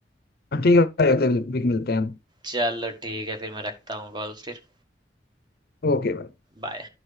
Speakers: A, on the left (about 60°); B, on the right (about 25°).
A: हाँ, ठीक है भाई अगले वीक मिलते हैं हम
B: चलो ठीक है फिर मैं रखता हूँ कॉल फिर
A: ओके भाई
B: बाय